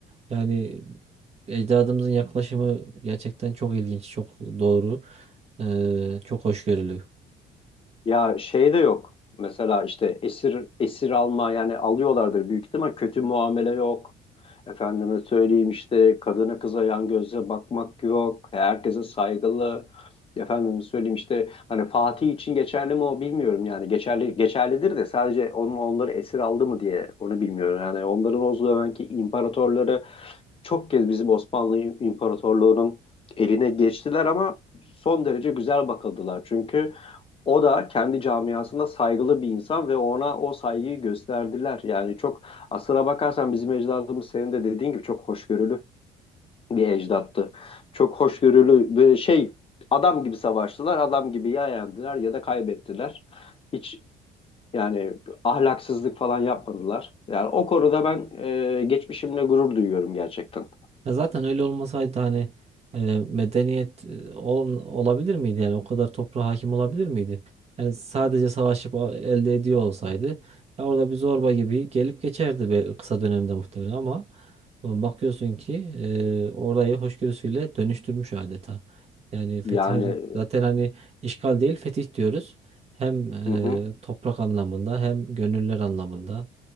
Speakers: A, on the right (about 40°); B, on the left (about 35°).
A: Yani ecdadımızın yaklaşımı gerçekten çok ilginç, çok doğru, e, çok hoşgörülü.
B: Ya şey de yok. Mesela işte esir esir alma yani alıyorlardır büyük ihtimal kötü muamele yok. Efendime söyleyeyim işte kadına kıza yan gözle bakmak yok. Herkese saygılı. Efendime söyleyeyim işte hani Fatih için geçerli mi o bilmiyorum yani. Geçerli geçerlidir de sadece onun onları esir aldı mı diye onu bilmiyorum. Yani onların o zamanki imparatorları çok kez bizim Osmanlı İmparatorluğu'nun eline geçtiler ama son derece güzel bakıldılar. Çünkü o da kendi camiasında saygılı bir insan ve ona o saygıyı gösterdiler. Yani çok aslına bakarsan bizim ecdadımız senin de dediğin gibi çok hoşgörülü bir ecdattı. Çok hoşgörülü böyle şey adam gibi savaştılar, adam gibi ya yendiler ya da kaybettiler. Hiç yani ahlaksızlık falan yapmadılar. Yani o konuda ben e, geçmişimle gurur duyuyorum gerçekten.
A: Ya zaten öyle olmasaydı hani e, medeniyet e, ol- olabilir miydi yani o kadar toprağa hakim olabilir miydi? Yani sadece savaşıp a- elde ediyor olsaydı ya orada bir zorba gibi gelip geçerdi be kısa dönemde muhtemelen ama e, bakıyorsun ki e, orayı hoşgörüsüyle dönüştürmüş adeta. Yani fetih
B: Yani
A: hare- zaten hani işgal değil fetih diyoruz. Hem e,
B: hı hı.
A: toprak anlamında hem gönüller anlamında